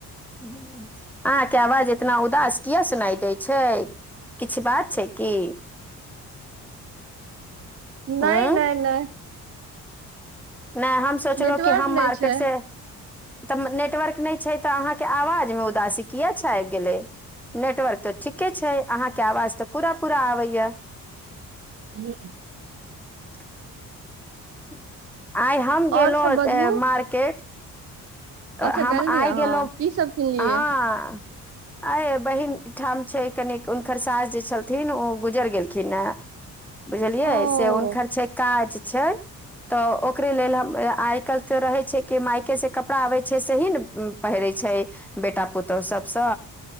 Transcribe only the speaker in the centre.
अहाँके आवाज इतना उदास किया सुनाई देै छै किछु बात छै की। हूँ
नहि हम सोचलो
कि हम
मार्केट
से। तऽ नेटवर्क नहि छै तऽ अहाँके आवाजमे उदासी किएक छै आबि गेलै नेटवर्क तऽ ठीके छै अहाँके आवाज तऽ पूरा पूरा आबैए।
<unintelligible> अचछा आइ हम गेलहुं
मार्केट। हम
आइ
गेलहु
हँ। आइ बहिन ठाम छै कनि, हुनकर सास जे छलथिन ओ गुजर गेलखिने। बुझलियै
से हुनकर छै काज छै, त ओकरे लेल हम, आइ काल्हि त रहै छै कि मायके से कप ड़ा आबै छै सेही ने पहिरै छै बेटा पुतहु सबसं।